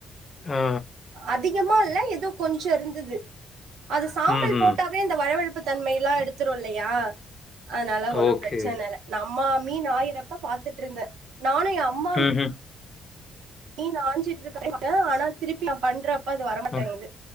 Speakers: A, on the left; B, on the right.
A: ஆ.
B: அதிகமா இல்ல ஏதோ கொஞ்சோ இருந்தது. அது சாம்பல்
A: ம்ஹ்ம்.
B: போட்டா அப்டியே இந்த வழவழப்பு தன்மைையல்லா எடுத்துரும் இல்லையா அதனால ஒன்னும்
A: ஓகே.
B: பிரச்சன இல்ல நா அம்மா மீன் ஆாயிறப்ப பாத்துட்டு இருந்தே நானு எயா அம்
A: ம் ம்
B: மீன் ஆஞ்சிட்டு இருக்க மாட்டேன் ஆனா திருப்பி பண்றப்ப அது வரமாட்டேங்குது
A: அ.